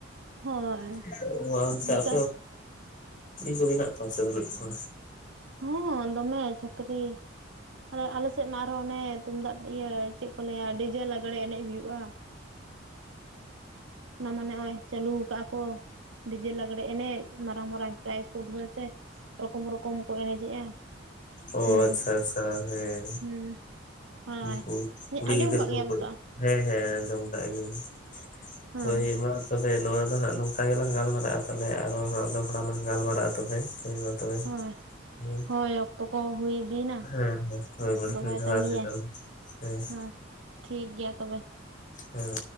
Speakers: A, on the right; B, on the left.
A: ᱦᱳᱭ
B: <unintelligible>
A: ᱵᱮᱠᱟᱨ
B: ᱟᱯᱮ ᱚᱱᱛᱮ <unintelligible> ᱠᱚ ᱢᱮᱱᱟᱜ ᱠᱚᱣᱟ ᱥᱮ ᱵᱟᱹᱞᱩᱜ ᱠᱚᱣᱟ?
A: ᱦᱚᱸ ᱫᱚᱢᱮ ᱪᱷᱟᱯᱨᱤ ᱟᱞᱮ ᱥᱮᱫ ᱢᱟ ᱟᱨᱦᱚᱸ ᱚᱱᱮ ᱛᱩᱢᱫᱟᱜ ᱤᱭᱟᱹ ᱪᱮᱫ ᱠᱚ ᱞᱟᱹᱭᱟ ᱰᱤᱡᱮ ᱞᱟᱜᱽᱬᱮ ᱮᱱᱮᱡ ᱦᱩᱭᱩᱜᱼᱟ᱾ ᱚᱱᱟ ᱢᱟᱱᱮ ᱦᱚᱸᱜᱼᱚᱭ ᱪᱟᱹᱞᱩᱣᱟᱠᱟᱜ ᱠᱚ ᱰᱤᱡᱮ ᱞᱟᱜᱽᱲᱮ ᱮᱱᱮᱡ ᱢᱟᱨᱟᱝ ᱢᱟᱨᱟᱝ ᱯᱨᱟᱭᱤᱡᱽ ᱠᱚ ᱫᱚᱦᱚᱭ ᱛᱮ ᱨᱚᱠᱚᱢ ᱨᱚᱠᱚᱢ ᱠᱚ ᱮᱱᱮᱡᱮᱜᱼᱟ
B: ᱚ
A: ᱦᱩᱸ
B: ᱟᱪᱪᱷᱟ ᱟᱪᱪᱷᱟ ᱦᱮᱸ
A: ᱦᱩᱸ ᱦᱳᱭ
B: ᱩᱱᱠᱩ ᱠᱩᱲᱤ
A: ᱟᱸᱡᱚᱢ
B: ᱜᱤᱫᱽᱨᱟᱹ
A: ᱠᱟᱜ
B: ᱠᱚ
A: ᱜᱮᱭᱟᱢ
B: ᱠᱷ
A: ᱛᱚ
B: ᱦᱮᱸ ᱦᱮᱸ ᱟᱸᱡᱚᱢ ᱠᱟᱜ ᱜᱤᱭᱟᱹᱧ
A: ᱦᱮᱸ
B: ᱦᱳᱭ ᱢᱟ ᱛᱚᱵᱮ ᱱᱚᱣᱟ ᱫᱚ ᱦᱟᱜ ᱱᱚᱝ ᱚᱱᱠᱟ ᱜᱮᱞᱟᱝ ᱜᱟᱞᱢᱟᱨᱟᱜᱼᱟ ᱛᱟᱞᱮ ᱟᱨᱚ ᱫᱚᱦᱚᱲᱟ ᱞᱟᱝ ᱜᱟᱞᱢᱟᱨᱟᱜᱼᱟ ᱛᱚᱵᱮ ᱢᱟ ᱛᱚᱵᱮ
A: ᱦᱳᱭ
B: ᱦᱮᱸ
A: ᱦᱳᱭ ᱚᱠᱛᱚ ᱠᱚ ᱦᱩᱭ ᱤᱫᱤᱭᱮᱱᱟ
B: ᱦᱮᱸ ᱦᱮ
A: ᱚᱠᱛᱚ ᱫᱚ
B: ᱦᱳᱭ
A: ᱵᱟᱭ
B: ᱡᱚᱦᱟᱨ
A: ᱛᱟᱺᱜᱤᱭᱟ
B: ᱜᱮ ᱛᱟᱦᱚᱞᱮ ᱦᱮᱸ
A: ᱦᱳᱭ ᱴᱷᱤᱠ ᱜᱮᱭᱟ ᱛᱚᱵᱮ
B: ᱦᱮᱸ